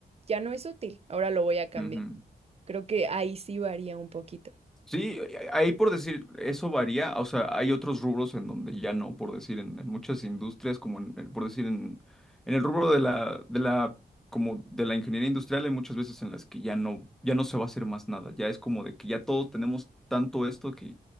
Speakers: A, on the right (about 40°); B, in the centre.
A: ya no es útil, ahora lo voy a cambiar.
B: ujú.
A: Creo que ahí sí varía un poquito.
B: Sí, ahí por decir, eso varía, o sea, hay otros rubros en donde ya no, por decir, en, en muchas industrias, como en, en- por decir, en, en el rubro de la, de la, como de la ingeniería industrial, hay muchas veces en las que ya no, ya no se va a hacer más nada, ya es como de que ya todos tenemos tanto esto que